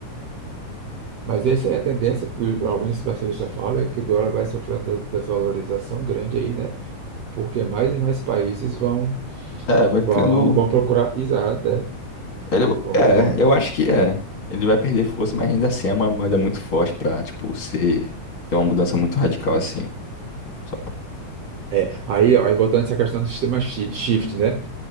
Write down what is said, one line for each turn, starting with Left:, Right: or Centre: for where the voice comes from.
Right: Mas essa é a tendência que alguns especialistas falam, é que o dólar vai sofrer uma desvalorização grande aí, né? porque mais e mais países vão,
Left: É, vai criando.
Right: vão, vão procurar, exato, é,
Left: Ele,
Right: vão,
Left: é,
Right: vão.
Left: eu acho que é. Ele vai perder força, mas ainda assim é uma moeda muito forte pra, tipo, ser, ter uma mudança muito radical assim. Só-
Right: É, aí, ó, aí voltando a essa questão do sistema shi- shift, né?